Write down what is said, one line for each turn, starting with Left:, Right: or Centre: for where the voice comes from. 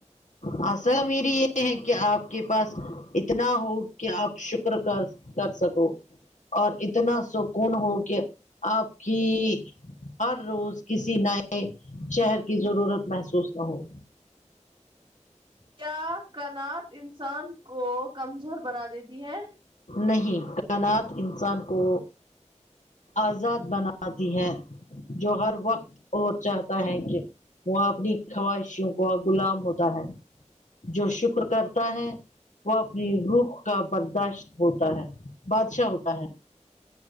Left: ہ آصل میری یہ ہے کہ آپ کے پاس اتنا ہو کہ آپ شکر کا کر سکو اور اتنا سکون ہو کہ آپ کی ہر روز کسی نئے شہر کی ضرورت محسوس نہ ہو
Right: کیا کنات انسان کو کمزور بنا دیتی ہے
Left: نہیں کائنات انسان کو آزاد بناتی ہیں جو ہر وقت اور چاہتا ہے کہ وہاں اپنی خواہشوں کو غلام ہوتا ہے جو شکر کرتا ہے وہ اپنی روح کا برداشت ہوتا ہے بادشاہ ہوتا ہے